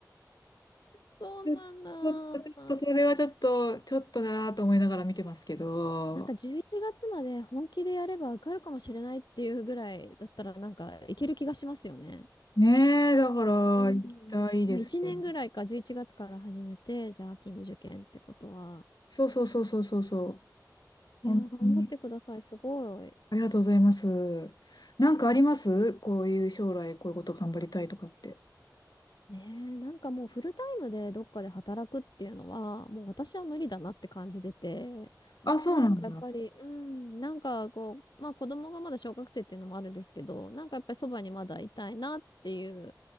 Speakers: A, on the left; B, on the left.
A: そうなんだ。
B: ちょっと、ちょっとそれはちょっと、ちょっとなぁと思いながら見てますけど、
A: なんか11月まで本気でやれば受かるかもしれないっていうぐらいだったらなんかいける気がしますよね。
B: ねえ、だから、
A: うん。
B: 行きたいですよね
A: まあ1年ぐらいか11月から始めて、じゃあ秋に受験ってことは。
B: そうそうそうそうそうそう。
A: いやー、
B: 本当に。
A: 頑張ってください。すごい。
B: ありがとうございます。なんかありますこういう将来こういうこと頑張りたいとかって。
A: ねえ、なんかもうフルタイムでどっかで働くっていうのは、もう私は無理だなって感じてて、
B: あ、そうなんだ。
A: なんかやっぱり、うん、なんかこう、まあ子供がまだ小学生っていうのもあるんですけど、なんかやっぱりそばにまだいたいなっていう